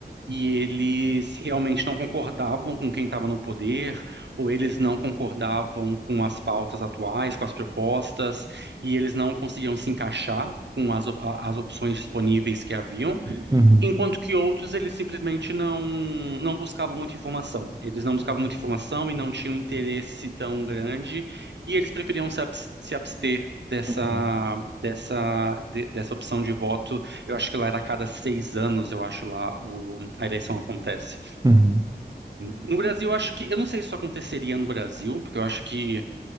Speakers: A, on the right; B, on the right.
A: e eles realmente não concordavam com quem estava no poder, ou eles não concordavam com as pautas atuais, com as propostas, e eles não conseguiam se encaixar com as, op- a- as opções disponíveis que haviam.
B: Uhum,
A: Enquanto que outros, eles simplesmente não, não buscavam muita informação. Eles não buscavam muita informação e não tinham interesse tão grande, e eles preferiam se abs- se abster dessa,
B: Uhum.
A: dessa, de- dessa opção de voto. Eu acho que lá era a cada seis anos, eu acho lá o, a eleição acontece.
B: uhum.
A: No Brasil, eu acho que, eu não sei se isso aconteceria no Brasil, porque eu acho que